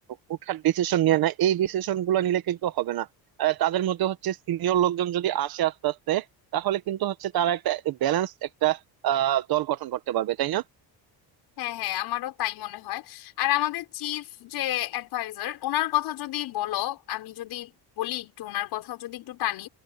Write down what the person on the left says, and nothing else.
হ্যাঁ হ্যাঁ আমারও তাই মনে হয় আর আমাদের চিফ যে অ্যাডভাইজার ওনার কথা যদি বলো আমি যদি বলি একটু ওনার কথা যদি একটু টানি